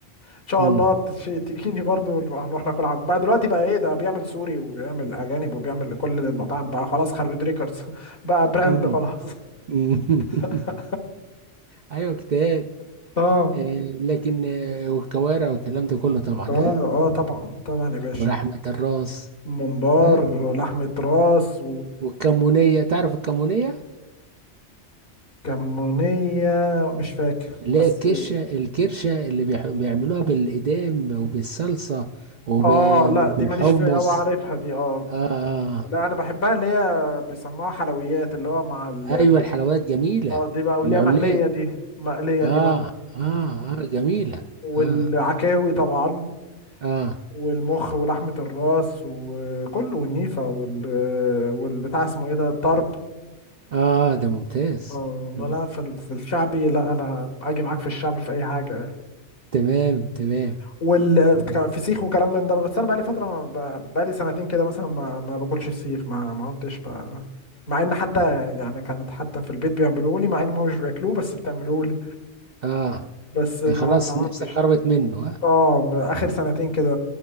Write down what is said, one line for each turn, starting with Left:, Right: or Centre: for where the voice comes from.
Left: ان شاء
Right: امم
Left: الله تش- تجيني برضو هنروح ناكل عند بقى دلوقتي بقى ايه ده بيعمل سوري وبيعمل اجانب وبيعمل لكل المطاعم بقى خلاص خرج ريكوردز <laughs> بقى براند
Right: امم
Left: خلاص
Right: <laughs>
Left: <laughs>
Right: أمم. ايوه اجتهاد
Left: اه
Right: إيه، لكن آه، والكوارع والكلام ده كله طبعا
Left: اه
Right: ها
Left: اه طبعا طبعا يا باشا
Right: ولحمة الراس
Left: ممبار
Right: ها
Left: ولحمة راس
Right: والكمونية تعرف الكمونية
Left: وكمونية مش فاكر
Right: اللي
Left: بس
Right: هي الكشة الكرشة اللي بيح- بيعملوها بالإدام وبالصلصة وبالحمص
Left: اه لا دي ماليش فيها او عارفها دي اه
Right: آه, آه
Left: لا انا بحبها اللي هي بيسموها حلويات اللي هو مع ال
Right: أيوة الحلويات جميلة
Left: اه دي بقى واللي
Right: العليق
Left: هي مقلية دي مقلية
Right: آه
Left: دي اه مم.
Right: آه آه جميلة
Left: والعكاوي
Right: آه
Left: طبعا
Right: آه
Left: والمخ ولحمة الراس وكله والنيفة وال والبتاع اسمه ايه ده الطرب
Right: آه ده ممتاز
Left: اه
Right: مم.
Left: لا لا، في ال- في الشعبي لا انا اجي معاك في الشعبي في اي حاجه
Right: تمام تمام
Left: والفسيخ
Right: مم.
Left: وكلام من ده بس انا بقالي فتره ما ب- بقالي سنتين كده مثلا ما ما باكلش فسيخ ما ما كنتش ب... مع ان حتى يعني كانت حتى في البيت بيعملوه لي مع ان هم مش بياكلوه بس بتعملوه لي
Right: آه
Left: بس ما
Right: خلاص
Left: ما عدتش
Right: نفسك قربت منه آه.
Left: اه م- اخر سنتين كده